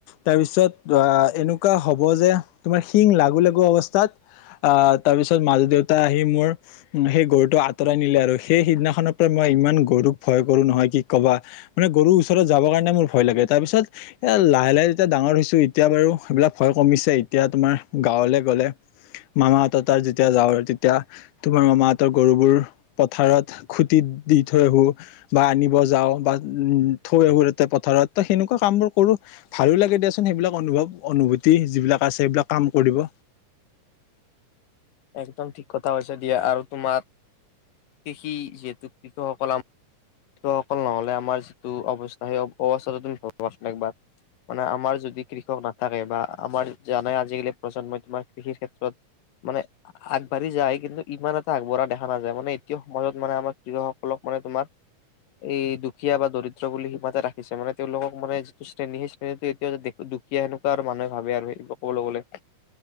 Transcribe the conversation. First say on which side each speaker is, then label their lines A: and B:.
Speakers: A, on the left; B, on the left.
A: তাৰপিছত অ এনেকুৱা হ'ব যে তোমাৰ শিং লাগো লাগো অৱস্থাত আহ তাৰ পিছত মাজু দেউতাই আহি মোৰ সেই গৰুটো আঁতৰাই নিলে আৰু। সেই সিদিনাখনৰ পৰা মই ইমান গৰুক ভয় কৰো নহয় কি কবা! মানে গৰুৰ ওচৰত যাব কাৰণে মোৰ ভয় লাগে। তাৰপিছত- এ লাহে লাহে যেতিয়া ডাঙৰ হৈছো এতিয়া বাৰু সেইবিলাক ভয় কমিছে। এতিয়া তোমাৰ গাঁৱলে গলে- মামা সহঁতৰ তাৰ যেতিয়া যাওঁ তেতিয়া- তোমাৰ মামাহতৰ গৰুবোৰ পথাৰত খুটি দি থৈ আহ আহোঁ। বা আনিব যাওঁ বা উম থৈ সতে পথাৰত সেনেকুৱা কাম বোৰ কৰোঁ। ভালো লাগে দিয়াচোন সেইবিলাক অনুভৱ, অনুভূতি যিবিলাক আছে সেইবিলাক কাম কৰিব।
B: একদম ঠিক কথা হৈছে দিয়া আৰু তোমাৰ কৃষি যিহেতু কৃষকসকল আম- সকল নহলে আমাৰ যিটো অৱস্থা সেই অৱস্থাটো তুমি ভালবাচোন একবাৰ। মানে আমাৰ যদি কৃষক নাথাকে বা আমাৰ জানে আজিকালি প্ৰজন্মই তোমাৰ কৃষিৰ ক্ষেত্ৰত- মানে- আগবাঢ়ি যায়। কিন্তু ইমান এটা আগবঢ়া দেখা নাযায় মানে এতিয়া সমাজত মানে আমাৰ কৃষক সকলক মানে তোমাৰ- এই দুখীয়া বা দৰিদ্ৰ বুলি সিমাতে ৰাখিছে মানে তেওঁলোকক মানে যিটো শ্ৰেণী- সেই এতিয়া দুখীয়া সেনেকুৱা আৰু মানুহে ভাবে আৰু কবলৈ গলে।